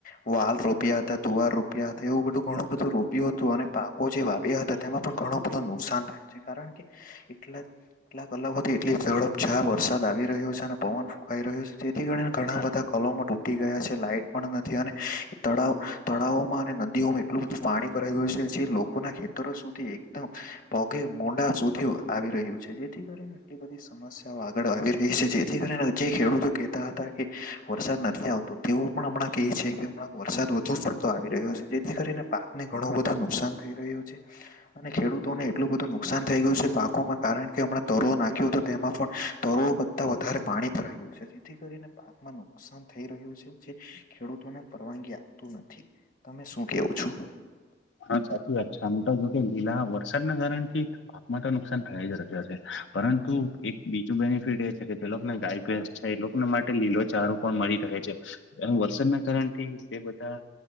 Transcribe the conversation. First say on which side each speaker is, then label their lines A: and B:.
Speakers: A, on the left; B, on the left.
A: વાલ રોપ્યા હતા તુવાર રોપ્યા હતા એવું બધું ઘણું બધું રો યું હતું અને પાકો જે વાવ્યા હતા તેમાં પણ ઘણું બધું નુકસાન થાય છે કારણ કે એટલા એટલાક અલગથી એટલી ઝ ચાર વરસાદ આવી રહ્યો છે અને પવન ફૂંકાઈ રહ્યું છે તેથી કરી ઘણા બધા કલોમ તટી ગયા છે લાઈટ પણ નથી અને તળાવ તળાવોમાં નદીઓમાં એટલું બધું પાણી ભરાઈ ગયું છે જે લોકોના ખેતરો સુધી એકદમ પગે મોડા આવી રહ્યું છે જેથી કરીને એટલી બધી સમ સમસ્યાઓ આગળ આવી રહી છે જેથી કરીને જે ખેડૂતો કહેતા હતા કે વરસાદ નથી આવતો તેવું પણ હમણાં ક છે કે હમં વરસાદ વધુ પડતો આવ રહ્યો જેથી કરીને પાકને ઘણું બધું નુકસાન થઈ રહ્યું છે અને ખેડૂતોને એટલું બધું નુકસાન થઈ ગયું છે પાકોમાં કારણ કે હમણા તરવો નાખ્યો હતો તેમાં પણ તરવો વધારે પાણી ભરાઈ ગયું છે જેથી કરીને પાકમાં નુકસાન થઈ રહ્યું છે જે ખેડૂતોને પરવાનગી આપતું નથી તમે શું કેવો છો
B: હા સાચી વાત છે આમ તો જો કે લીલા વરસાદના કારણથી પાકમાં તો નુકસાન થાય જ રહ છે પરંતુ એક બીજું બેનિફિટ એ છે કે જે લોકોને ગાયેસ છે એ લોકોને માટે લીલો ચારું પણ મળી રહે છે એ વરસાદના કારણ થી જે બધા